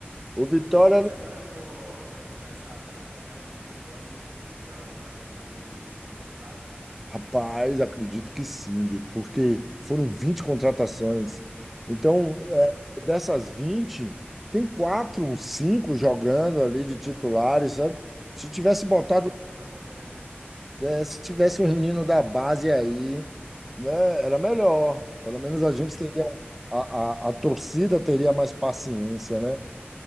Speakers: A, in the centre; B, on the right (about 85°).
A: O Vitória
B: Mas agora no, na- nessa, nessa janela do meio do ano, o Vitória não tá pensando em, em se reforçar?
A: Rapaz, acredito que sim, porque foram 20 contratações. Então,
B: Aham.
A: é, dessas 20 tem quatro, cinco jogando ali de titulares, sabe? Se tivesse botado,
B: O resto foi pra compor elenco.
A: é, se tivesse um menino da base aí, né, era melhor. Pelo menos a gente
B: Uhum.
A: teria, a, a, a torcida teria mais paciência, né?